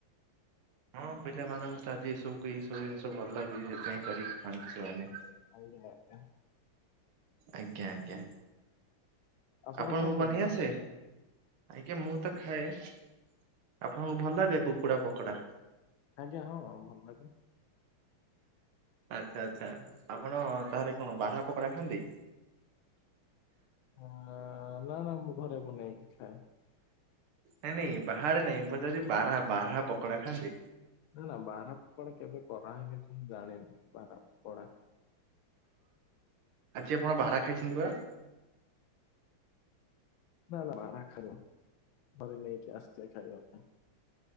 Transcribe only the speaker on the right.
ହଁ ପିଲାମାନଙ୍କୁ ତ ଆଜିି ସବୁ ଏ ସବୁ ଜିନିଷ ଭଲ ଲାଗୁଛି। ସେଥିପାଇଁ କରିକି ଖାଆନ୍ତି ସେମାନେ।
ଆଜ୍ଞା ଆଜ୍ଞା
ଆପଣଙ୍କୁ
ବନେଇ
ଆସେ। ଆଜ୍ଞା ମୁଁ ତ ଖାଏ। ଆପଣଙ୍କୁ ଭଲ ଲାଗେ କୁକୁଡା ପକୋଡା।
ଆଚ୍ଛା ଆଚ୍ଛା ଆପଣ ତାହରେ କଣ ବାର୍ହା ପକୋଡା ଖାଆନ୍ତି।
ନାଇଁ ନାଇଁ ବାହାରେ ନାଇଁ ପଚାରି ବାର୍ହା ବାର୍ହା ପକୋଡା ଖାଆନ୍ତି।
ଆଜି ଆପଣ ବାର୍ହା ଖାଇଛନ୍ତି ବା।